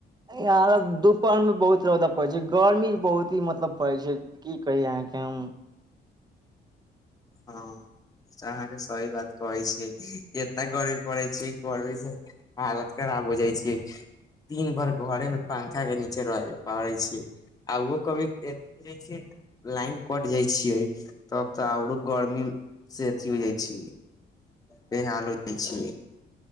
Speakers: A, on the right; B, on the left.
A: यहाँ पर दुपहर मे बहुत रौदा पड़ै छै गर्मी बहुत ही मतलब पड़ै छै की कही अहाँके हम
B: हँ तऽ अहाँके सही बात कहै छियइ ए इना गर्मी पड़ै छय गर्मी से हालत खराब हो जाई छियै दिन भर घरे में पंखा के नीचे रह पड़े पाबाई छीिय आहो कभी जाई छियै लाइन कट जाई छियइ तब तऽ आरो गर्मी से अथी हो जाई छै बे हाल हो जाई छय